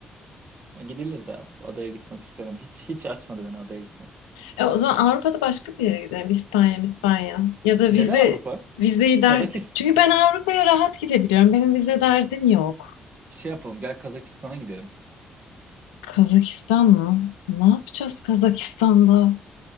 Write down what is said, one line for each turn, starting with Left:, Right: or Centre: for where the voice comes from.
Right: gidilir de adaya gitmek istemedim. Hiç hiç açmadı beni adaya gitmek.
Left: E, o zaman Avrupa'da başka bir yere gidelim. İspanya, İspanya. Ya da
Right: Neden
Left: vize
Right: Avrupa?
Left: vizeyi der.
Right: Kazakistan
Left: Çünkü ben Avrupa'ya rahat gidebiliyorum. Benim vize derdim yok.
Right: şey yapalım gel Kazakistan'a gidelim.
Left: Kazakistan mı? Ne yapacağız Kazakistan'da?